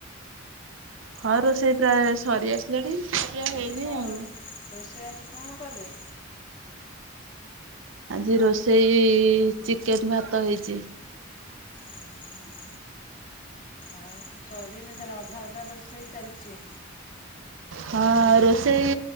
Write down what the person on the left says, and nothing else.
ଆଜି କଣ
ରୋ-ରୋଷେଇ ଆଜି କଣ କଲେ?
ଆ ହଁ। ଆଉ ଶରିନି ତାଲେ ଅଧା ଅଧା ରୋଷେଇ ଚାଲିଛି।